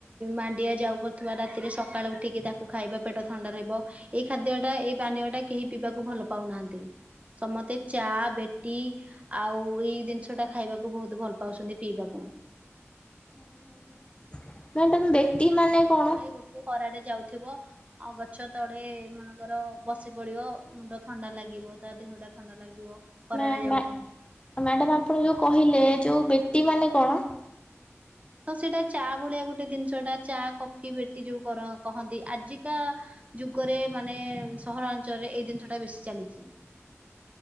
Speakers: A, on the right; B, on the left.
A: ମାଣ୍ଡିଆ ଯାଉ କ ଥିବା ରାତିରେ ସକାଳେ ଉଠିକି ତାକୁ ଖାଇବା ପେଟ ଥଣ୍ଡା ରହିବ ଏଇ ଖାଦ୍ୟ ଟା ଏଇ ପାନୀୟ ଟା କେହି ପିବାକୁ ଭଲ ପାଉନାହାନ୍ତି। ସମସ୍ତେ ଚା ବେଟି ଆଉ ଏଇ ଜିନିଷ ଟା ଖାଇବାକୁ ବହୁତ ଭଲ ପାଉଛନ୍ତି ପିଇବାକୁ ହଁ
B: <unintelligible> କଣ?
A: <unintelligible> ଗୋଟେ ଖରାଡେ ଯାଉଥିବ। ଆ ଗଛ ତଳେ ମନେକର ବସି ପଡିବ ମୁଣ୍ଡ ଥଣ୍ଡା ଲାଗିବ ତା ଦେହ ଟା ଥଣ୍ଡା ଲାଗିବ ଖରାରେ
B: ମ୍ୟା ମ୍ୟା
A: ଯାଉଥିବ
B: ମ୍ୟାଡାମ ଆପଣ ଯୋଉ କହିଲେ ଯୋଉ ବେଟି ମାନେ କଣ?
A: ତ ସେଇଟା ଚା ଭଳିଆ ଗୋଟେ ଜିନିଷଟା ଚା କଫି ବେଟି ଯୋଉ କର କହନ୍ତି ଆଜିକା ଯୁଗରେ ମାନେ ସହରାଞ୍ଚଳରେ ଏଇ ଜିନିଷ ଟା ବେଶୀ ଚାଲିଚି।